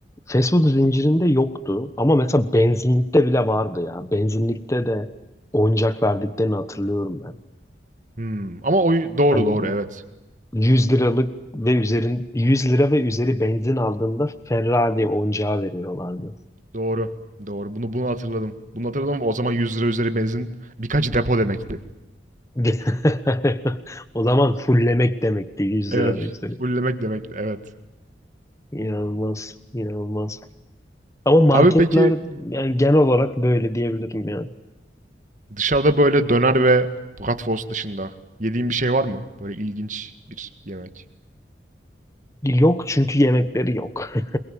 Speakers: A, on the left (about 15°); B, on the right (about 45°).
A: Fast food zincirinde yoktu ama mesela benzinlikte bile vardı ya. Benzinlikte de oyuncak verdiklerini hatırlıyorum ben.
B: Hımm. Ama oy doğru,
A: Hani
B: doğru, evet.
A: yüz liralık ve üzerin 100 lira ve üzeri benzin aldığında Ferrari oyuncağı veriyorlardı.
B: Doğru, doğru. Bunu bunu hatırladım. Bunu hatırladım ama o zaman ₺100 üzeri benzin birkaç depo demekti.
A: <laughs> O zaman fullemek demekti 100
B: Evet,
A: lira ve üzeri.
B: fullemek demekti, evet.
A: İnanılmaz, inanılmaz. Ama marketler
B: Abi peki
A: yani genel olarak böyle diyebilirim yani
B: dışarıda böyle döner ve bratwurst dışında yediğin bir şey var mı? Böyle ilginç bir yemek.
A: Yok çünkü yemekleri yok. <laughs>